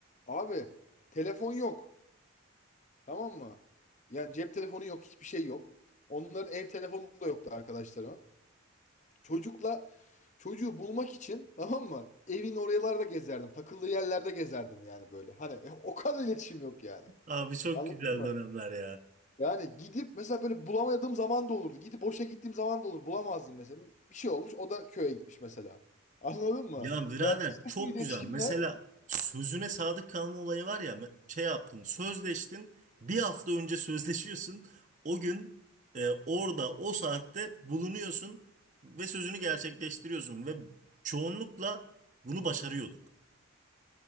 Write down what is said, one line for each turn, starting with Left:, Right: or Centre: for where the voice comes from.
Left: Abi telefon yok tamam mı? Yani cep telefonu yok hiçbir şey yok. Onların ev telefonu da yoktu arkadaşlarımın. Çocukla çocuğu bulmak için tamam mı? Evin oralarda gezerdim. Takıldığı yerlerde gezerdim yani böyle. Hani <laughs> o kadar iletişim yok yani.
Right: Abi çok
Left: Anladın
Right: güzel
Left: mı?
Right: dönemler ya.
Left: Yani gidip mesela böyle bulamadığım zaman da olurdu. Gidip boşa gittiğim zaman da olur. Bulamazdım mesela. Bir şey olmuş o da köye gitmiş mesela. <laughs> Anladın mı?
Right: Ya birader
Left: Ya
Right: çok
Left: bu iletişimle
Right: güzel. Mesela sözüne sadık kalma olayı var ya me- şey yaptın sözleştin bir hafta önce sözleşiyorsun o gün e, orada o saatte bulunuyorsun ve sözünü gerçekleştiriyorsun ve çoğunlukla bunu başarıyorduk.